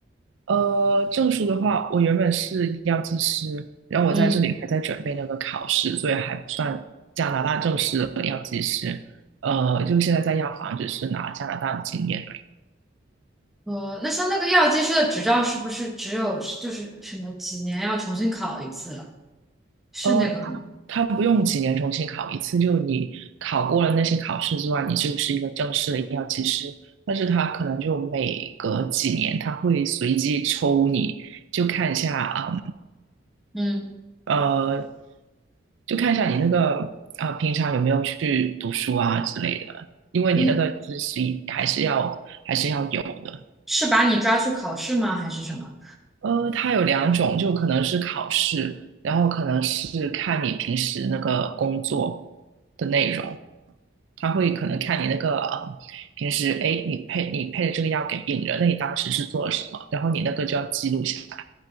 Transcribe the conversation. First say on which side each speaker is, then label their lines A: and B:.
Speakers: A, on the right; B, in the centre.
A: 呃，证书的话，我原本是药剂师，然后我在这里还在准备那个考试，
B: 嗯，
A: 所以还不算加拿大正式的药剂师。呃，就现在在药房只是拿加拿大的经验。
B: 哦，那像那个药剂师的执照是不是只有就是什么几年要重新考一次了？是那个吗？
A: 呃，他不用几年重新考一次，就你考过了那些考试之外，你就是一个正式的医药技师。但是他可能就每隔几年，他会随机抽你，就看一下啊、
B: 嗯
A: 呃，就看一下你那个啊、呃平常有没有去读书啊之类的，因为你那个知识还是要还是要有的。
B: 嗯，是把你抓去考试吗？还是什么？
A: 呃，它有两种，就可能是考试，然后可能是看你平时那个工作的内容。他会可能看你那个呃平时，哎，你配你配的这个药给病人，那你当时是做了什么？然后你那个就要记录下来。